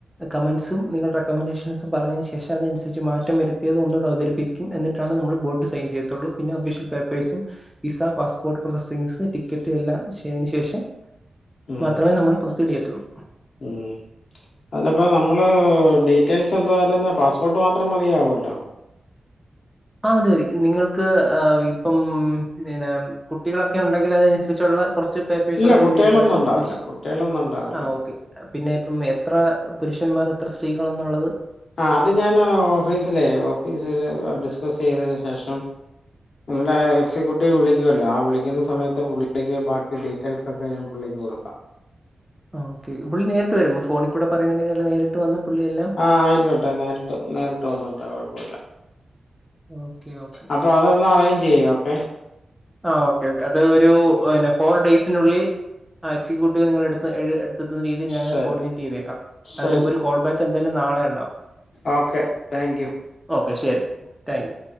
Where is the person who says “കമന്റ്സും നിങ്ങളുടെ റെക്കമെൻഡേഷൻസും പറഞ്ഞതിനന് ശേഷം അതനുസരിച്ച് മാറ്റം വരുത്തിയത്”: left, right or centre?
Centre